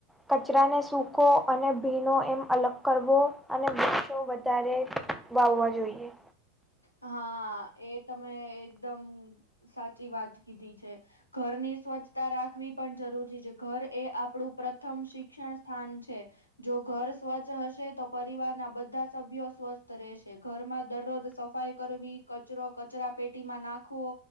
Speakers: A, in the centre; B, on the left (about 85°).
A: કચરાને સૂકો અને ભીનો એમ અલગ કરવો અને વૃક્ષો વધારે વાવવા જોઈએ.
B: હા! એ તમે એકદમ સાચી વાત કીધી છે. ઘરની સ્વચ્છતા રાખવી પણ જરૂરી છે. ઘર એ આપણું પ્રથમ શિક્ષણ સ્થાન છે જો ઘર સ્વચ્છ હશે તો પરિવારના બધા સભ્યો સ્વસ્થ રહેશે. ઘરમાં દરરોજ સ સફાઈ કરવી. કચરો કચરા પેટીમાં નાખવો.